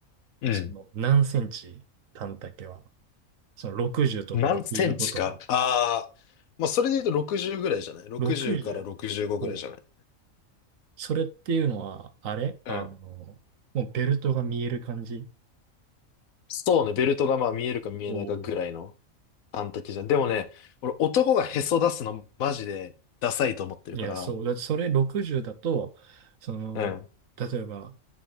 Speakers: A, on the left; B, on the right.
A: うん。
B: その何センチ短丈は、その60とか65とか、
A: 何センチか。ああ、まあ、それで言うと60ぐらいじゃない ?60
B: 60。
A: から65ぐらいじゃない
B: それっていうのは、あれあの、
A: うん。
B: もうベルトが見える感じ
A: そうね、ベルトがまあ見えるか見えないかぐらいの
B: おー
A: 半丈じゃん。でもね、俺男がへそ出すのマジでダサいと思ってるから。
B: いや、そう。だってそれ60だと、その、
A: うん、
B: 例えば